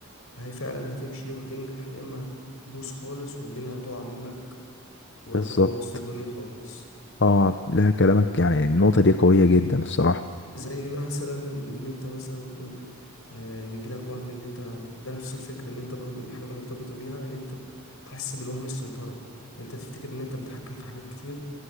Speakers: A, on the left; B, on the left.
A: هي فعلا هتمشي وهتنجح يا اما هتبوظ خالص والدنيا هتقع منك وهتبقى
B: بالظبط
A: بوظت الدنيا خالص
B: اه لا كلامك يعني النقطة دي قوية جدا الصراحة
A: زي مثلا ان انت مثلا ايه آه، بيجي لك وهم ان انت مت- ده نفس الفكره ان انت برضو حاجه مرتبطه بيها ان انت تحس بالوهم السيطره ان انت تفتكر ان انت متحكم في حاجات كتير